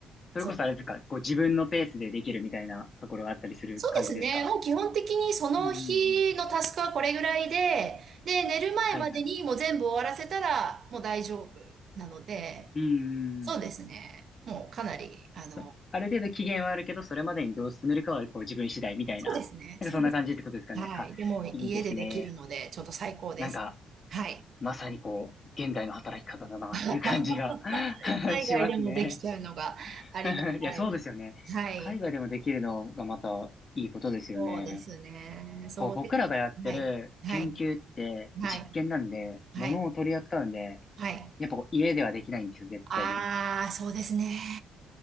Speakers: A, on the left (about 35°); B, on the right (about 60°).
A: それこそあれですか、
B: そう。
A: こう自分のペースでできるみたいなところがあったりする感じですか
B: そうですね。もう基本的にその日のタスクはこれぐらいで、
A: うんうんうん。
B: で、寝る前までにもう全部終わらせたらもう大丈夫なので、
A: はいはい。うんうんうんうん。
B: そうですね。もうかなり、あの、
A: そある程度期限はあるけど、それまでにどう進めるかはこう自分次第みたいな、
B: そうですね。
A: なんかそんな感じってことですかね。
B: そうですね。はい。
A: あ、
B: でも家でできるので、
A: いいですね。
B: ちょっと最高です。
A: なんか、
B: はい。
A: まさにこう、現代の働き方だなっていう感じが
B: <laughs>
A: <laughs>
B: 海外でもできちゃうのがありがたい。
A: しますね。<laughs> いや、そうですよね。
B: はい。
A: 海外でもできるのがまたいいことですよね。
B: そうですね。そうで、
A: こう、僕らがやってる研究って実験なんで、
B: はい。はい。はい。はい。
A: 物を取り扱うんで、
B: はい。
A: やっぱこう家ではできないんですよ、絶対に。
B: ああ、そうですね。